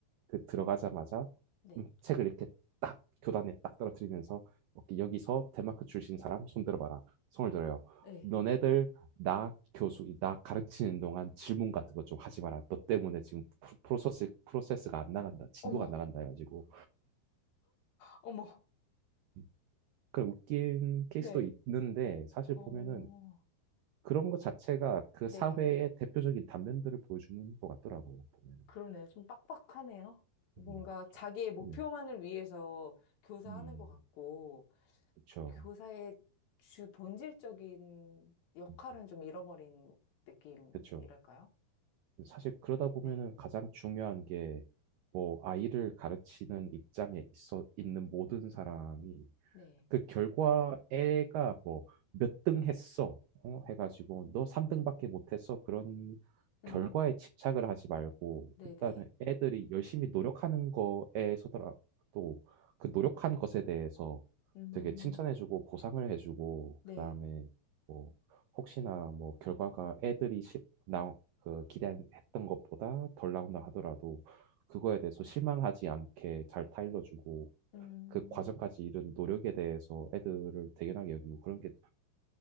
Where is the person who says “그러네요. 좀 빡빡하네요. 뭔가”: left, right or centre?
Left